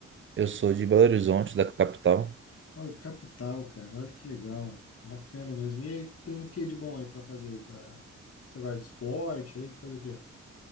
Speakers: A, on the right; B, on the left.
A: Eu sou de Belo Horizonte, da capital.
B: Olha, capital, cara. Olha que legal. Bacana mesmo. E aí, tem o que de bom aí para fazer aí? Pra... Você gosta de esporte aí? Que faz o quê?